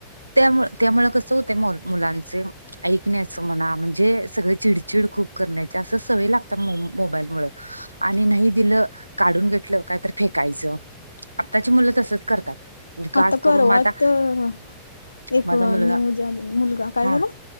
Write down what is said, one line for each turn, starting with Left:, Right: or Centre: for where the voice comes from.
Right: त्यामुळ त्यामुळ कस होते मु मुलांचे ऐकण्याचं म्हणा म्हणजे सगळे चिडचिड खूप करण्याच असं सवय लागतात मोबाईल मुळ
Left: <inaudible>
Right: आणि नाही दिलं काढून घेतलं काय तर फेकायचं आत्ताची मुलं तसच करतात. खास
Left: आता
Right: करून
Left: परवा
Right: माझा
Left: तर एक
Right: माझा मुलगा
Left: न्यूज आली मुलगा काय
Right: हा
Left: झाला?